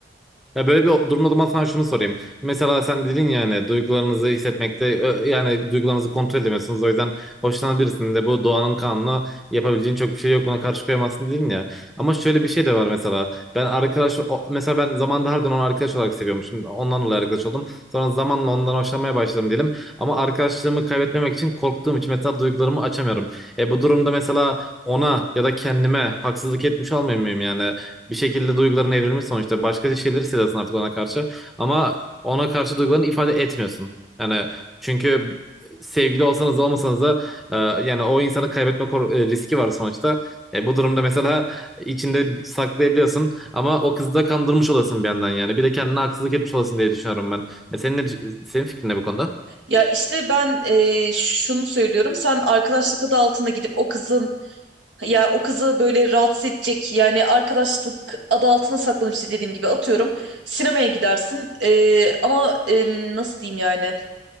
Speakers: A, in the centre; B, on the right.
A: Ya böyle bir durumda o zaman sana şunu sorayım. Mesela sen dedin ya hani duygularınızı hissetmekte ö- yani duygularınızı kontrol edemiyorsunuz. O yüzden hoşlanan birisinin de bu doğanın kanunu yapabileceğin çok bir şey yok. Ona karşı koyamazsın dedin ya. Ama şöyle bir şey de var mesela. Ben arkadaş o- mesela ben zamanında harbiden onu arkadaş olarak seviyormuşum. Ondan dolayı arkadaş oldum. Sonra zamanla ondan hoşlanmaya başladım diyelim. Ama arkadaşlığımı kaybetmemek için korktuğum için mesela duygularımı açamıyorum. E bu durumda mesela ona ya da kendime haksızlık etmiş olmuyor muyum yani? bir şekilde duyguların evrilmiş sonuçta. Başka şeyleri hissediyorsun artık ona karşı. Ama ona karşı duygularını ifade etmiyorsun. Yani çünkü sevgili olsanız da olmasanız da e, yani o insanı kaybetme kor- e, riski var sonuçta. E, bu durumda mesela içinde saklayabiliyorsun ama o kızı da kandırmış olasın bir yandan yani. Bir de kendine haksızlık etmiş olasın diye düşünüyorum ben. E, senin ne, senin fikrin ne bu konuda?
B: Ya işte ben e, şunu söylüyorum. Sen arkadaşlık adı altında gidip o kızın ya o kızı böyle rahatsız edecek yani arkadaşlık adı altına saklanıp işte dediğim gibi atıyorum sinemaya gidersin E, ama e, nasıl diyeyim yani